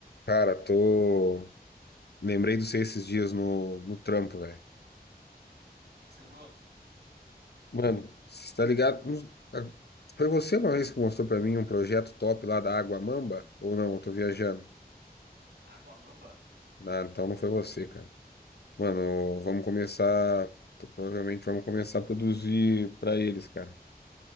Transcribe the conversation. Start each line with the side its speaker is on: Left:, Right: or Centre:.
Left: Cara, tô. Lembrei de você esses dias no, no trampo, velho.
Right: que que você lembrou?
Left: Mano, você tá ligado? Não- a- Foi você uma vez que mostrou pra mim um projeto top lá da Água Mamba? Ou não? Eu tô viajando.
Right: Aguamamba?
Left: Ah, então não foi você, cara. Mano, vamos começar. Provavelmente vamos começar a produzir pra eles, cara.